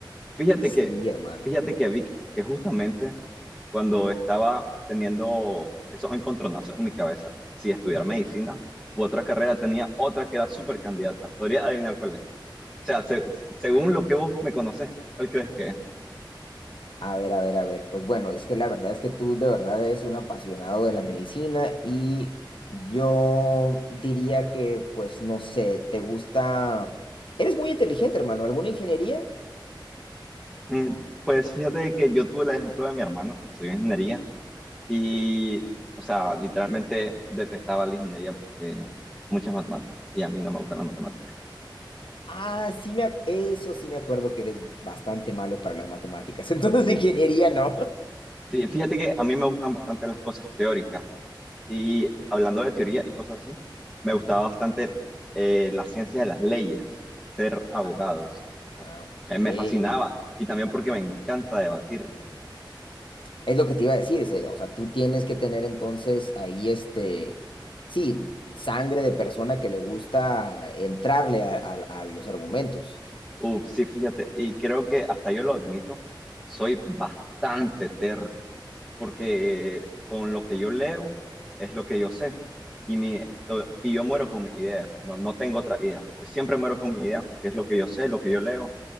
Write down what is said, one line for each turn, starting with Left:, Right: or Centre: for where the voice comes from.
Centre: Fíjate
Left: Sí,
Centre: que,
Left: hermano.
Centre: fíjate que vi que justamente cuando
Left: Ujú,
Centre: estaba teniendo esos encontronazos en mi cabeza, si estudiar
Left: ujú.
Centre: medicina u otra carrera, tenía otra que era súper candidata. ¿Podría adivinar cuál es? O sea, se- según
Left: A
Centre: lo
Left: ver,
Centre: que vos me conoces, ¿cuál crees que
Left: mm.
Centre: es?
Left: a ver, a ver, a ver. Pues bueno, es que la verdad es que tú de verdad eres un apasionado de la medicina y yo diría que, pues no sé, te gusta... Eres muy inteligente, hermano. ¿Alguna ingeniería?
Centre: Mm, Pues fíjate que yo tuve el ejemplo de mi hermano que estudió ingeniería Y, o sea, literalmente detestaba la ingeniería porque muchas matemáticas y a mí no me gustan las matemáticas.
Left: Ah, sí me ac- eso sí me acuerdo que eres bastante malo para las matemáticas. <laughs> Entonces,
Centre: Sí.
Left: ingeniería, ¿no?
Centre: Sí, fíjate que a mí me gustan bastante las cosas teóricas y hablando de teoría y cosas así, me gustaba
Left: Ujú.
Centre: bastante eh, la ciencia de las leyes, ser abogados.
Left: Ah, ah, ok.
Centre: Eh, me fascinaba y también porque me encanta debatir.
Left: Es lo que te iba a decir, ese- o sea, tú tienes que tener entonces ahí este, sí, sangre de persona que le gusta entrarle a, a- a los argumentos,
Centre: Uf, sí, fíjate, y creo que hasta yo lo admito, soy bastante terco porque con lo que yo leo es lo que yo sé y, mi, o- y yo muero con mi idea, no, no tengo otra idea. Yo siempre muero con mi idea porque es lo que yo sé, lo que yo leo